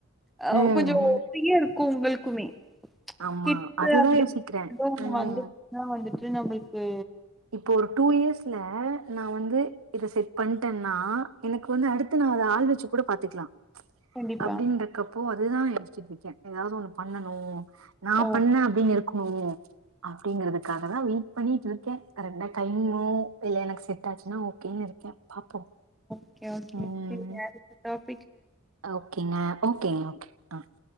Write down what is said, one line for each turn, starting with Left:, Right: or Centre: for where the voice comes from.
Centre: ஆ
Right: ம்,
Centre: கொஞ்சம்
Right: ம்.
Centre: பியர் கு உங்கள்குமே
Right: ஆமா.
Centre: கிட்ஸ்
Right: அதுதான்
Centre: அப்பிடின்றது
Right: யோசிக்கிறேன்.
Centre: ஒண்ணு
Right: ம்.
Centre: வந்துருகுங்க வந்துட்டு நம்புல்கு
Right: இப்போ ஒரு டூ இயர்ஸ்ல நா வந்து இத செட் இப்ப வந்து இத பண்ணிட்டேன்னா எனக்கு வந்து அடுத்து நான் அதை ஆள் வெச்சு கூட பாத்துக்கலாம்
Centre: கண்டிப்பா
Right: அப்டின்றக்கப்போ அதுதான் யோசுசிட்டு இருக்க ஏதாவது ஒண்ணு பண்ணணும் நான்
Centre: ஓ
Right: பன்ன அப்படின்னுருக் ம் அப்படிங்கறதுக்காக தான் வெயிட் பண்ணிட்டு இருக்கேன் ரெண்ட கைனியு இல்ல எனக்கு செட் ஆச்சுன்னா ஓகேன்னு இருக்கேன் பாப்போம்
Centre: ஓகே ஓகே
Right: ம்.
Centre: செரி யாருக்குதா
Right: ஓகேங்க ஓகேங்க ஓகே டார்ச்